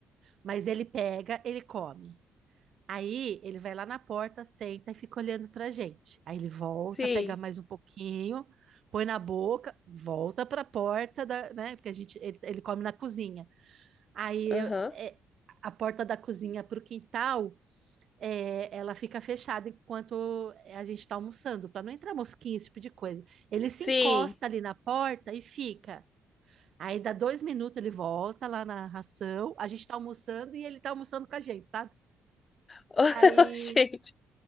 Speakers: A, on the right (about 60°); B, on the left (about 35°).
A: Mas ele pega, ele come. Aí ele vai lá na porta, senta e fica olhando pra gente. Aí ele volta,
B: sim.
A: pega mais um pouquinho, põe na boca, volta pra porta da, né? Porque a gente ele, ele come na cozinha. Aí
B: Aham.
A: é, a porta da cozinha pro quintal, é, ela fica fechada enquanto é, a gente tá almoçando, pra não entrar mosquinha, esse tipo de coisa. Ele se
B: Sim.
A: encosta ali na porta e fica. Aí dá dois minutos, ele volta lá na ração, a gente tá almoçando e ele tá almoçando com a gente, sabe?
B: <laughs>
A: Aí
B: Gente.